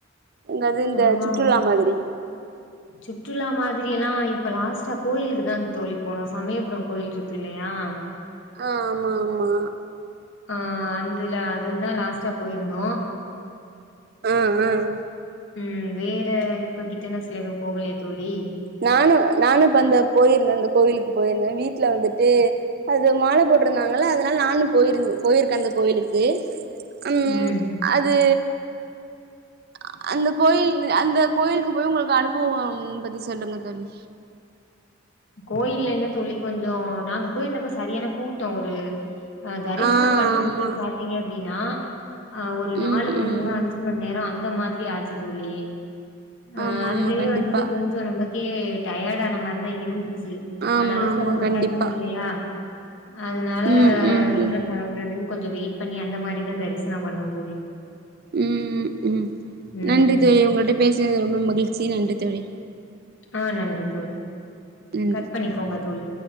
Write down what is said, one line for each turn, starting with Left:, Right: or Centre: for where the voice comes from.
Right: எங்காவது இந்த
Left: ஆஹ்
Right: சுற்றுலா மாதிரி
Left: சுற்றுலா மாதிரி எல்லாம் இப்ப லாஸ்ட்டா கோயிலுக்கு தான் தோழி போனும் சமயபுரம் கோயில் இருக்கு இல்லையா
Right: ஆஹ் ஆமா ஆமா
Left: ஆஹ் அதுல அதுதான் லாஸ்டா போயிருந்தோம்
Right: ஆஹ் ஹ்
Left: உம் வேற இப்ப கிட்டனஸ்ல எதுவும் போகலையே தோழி
Right: நானும் நானும் இ அந்த போயிருந்தேன் அந்த கோவிலுக்கு போயிருந்தேன் வீட்டுல வந்துட்டு அது மாலை போட்டிருந்தாங்கள அதனால நானும் போயிருந்த போயிருக்கேன் அந்த கோவிலுக்கு உம்
Left: ம்.
Right: அது அ அந்த கோயில் அந்த கோயிலுக்கு போய் உங்களுக்கு அனுபவ பத்தி சொல்லுங்க தோழி
Left: கோயில் என்ன தோழி கொஞ்ச நாங்க போயிருந்தப்ப சரியான கூட்ட ஒரு ஆஹ் தரிசன
Right: ஆ
Left: பண்ணறக்குள்ளயே
Right: ஆமா
Left: பாத்தீங்க அப்டினா ஆஹ் ஒரு
Right: ம்
Left: நாலு மணி
Right: ம்
Left: நேர அஞ்சி மணி நேர அந்த மாரி இல்ல ஆச்சு தோழி ஆஹ்
Right: ஆமா
Left: அதுலேயே
Right: ஆமா கண்டிப்பா
Left: வந்துட்டு கொஞ்ச நமக் க்கியே டயர்ட் ஆன மாரிதா இ இருந்து ச்சு
Right: ஆமா
Left: ஆனாலு
Right: ஆமா
Left: பொங்க
Right: கண்டிப்பா
Left: பாக்கனு இல்லயா அதனால
Right: ம் ம்
Left: என்ன பண்றதுன்னு கொஞ்ச வெயிட் பண்ணி அந்த மாரிதா தரிசனொ பண்ணு தோழி
Right: உம் ம்
Left: ம்
Right: நன்றி தோழி உங்கள்ட்ட பேசுனது ரொம்ப மகிழ் சி நன்றி தோழி
Left: ஆ நன்றி தோழி
Right: நன்றி
Left: கட் பண்ணிக்கோங்க
Right: ம்
Left: தோழி